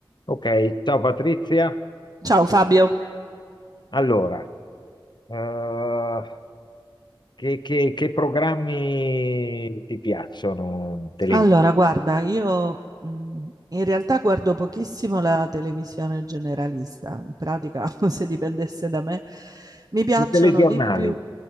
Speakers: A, on the left; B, on the right.
A: Ok, ciao Patrizia.
B: Ciao Fabio,
A: Allora, eh, che, che- che programmi ti piacciono? Tele-
B: allora guarda, io mh, in realtà guardo pochissimo la televisione generalista, in pratica <laughs> se dipendesse da me, mi piacciono
A: I telegiornali.
B: di più